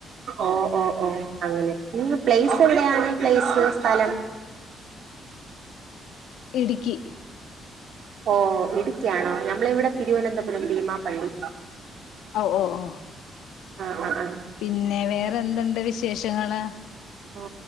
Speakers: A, on the right (about 60°); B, on the left (about 80°).
A: ഓഹ് ഓഹ് ഓഹ് അങ്ങനെ. നിങ്ങ പ്ലേസ് എവിടെയാണ് പ്ലേസ് സ്ഥലം.
B: ഇടുക്കി.
A: ഓഹ് ഇടുക്കിയാണോ ഞമ്മളിവിടെ തിരുവനന്തപുരം ഭീമാപ്പള്ളി.
B: ഓഹ് ഓഹ് ഓഹ്
A: ആഹ് ആഹ് ആഹ്
B: പിന്നെ വേറെന്തുണ്ട് വിശേഷങ്ങള്?
A: ആ